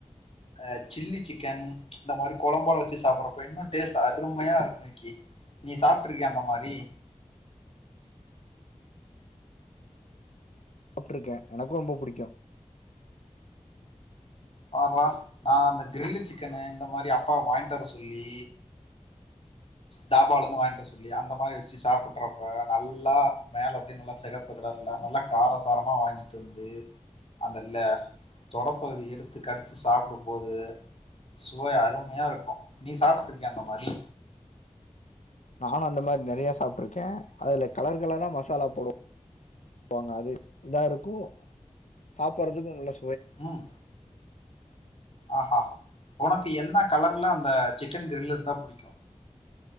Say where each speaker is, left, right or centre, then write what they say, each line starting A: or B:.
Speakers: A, on the left (about 55°); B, on the left (about 80°).
A: அ சில்லி சிக்கன் இந்த மாரி கொழம்போட வெச்சு சாப்ட்றப்போ இன்னு டேஸ்ட் அருமையா இருக்கு நீ சாப்ட்டுருக்கியா அந்த மாரி
B: சாப்ட்டிருக்கே எனக்கு ரொம்ப புடிக்கு
A: பாறா நா அந்த கிரில்லு சிக்கனு இந்த மாரி அப்பா வாங்ட்டு வர சொல்லி தாபாவுலந்து வாங்ட்டு வரசொல்லி அந்த மாரி வெச்சு சாப்டுறப்ப நல்லா மேல அப்டினு நல்லா சிகப்பு கலர்ல நல்லா காரசாரமா வாங்கிட்டு வந்து வந்து அதுல்ல தொடப்பகுதி எடுத்து கடிச்சு சாப்பிடும்போது சுவை அருமையா இருக்கு நீ சாப்ட்டுருக்கியா அந்த மாரி
B: நானு அந்த மாரி நெறைய சாப்ட்டுருக்கே அதுல கலர் கலரா மசாலா போடுவோ ங்க அது இதா இருக்கு சாப்பறதுக்கு நல்லா
A: ம் ஆ உனக்கு என்ன கலர்ல அந்த சிக்கன் கிரில் இருந்தா புடிக்கு